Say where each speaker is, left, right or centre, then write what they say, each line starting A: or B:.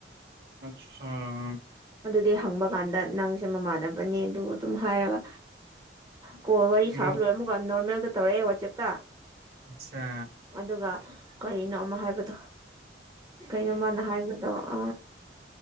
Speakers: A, on the right; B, on the right.
A: ꯑꯆꯥꯥ
B: ꯑꯗꯨꯗꯤ ꯍꯪꯕ ꯀꯥꯟꯗ ꯅꯪꯁꯦ ꯃꯃꯥꯟꯅꯕꯅꯦ ꯑꯗꯨ ꯑꯗꯨꯝ ꯍꯥꯏꯔꯒ ꯀꯣ ꯋꯥꯔꯤ
A: ꯑꯗꯣ
B: ꯁꯥꯕ ꯂꯣꯏꯔꯦ ꯑꯃꯨꯛꯀ ꯅꯣꯔꯃꯦꯜꯗ ꯇꯧꯔꯛꯑꯦ ꯋꯥꯆꯦꯞꯇ
A: ꯑꯆꯥ
B: ꯑꯗꯨꯒ ꯀꯔꯤꯅꯣ ꯑꯃ ꯍꯥꯏꯕꯗꯣ ꯀꯩꯅꯣ ꯃꯥꯅ ꯍꯥꯏꯕꯗꯣ ꯑ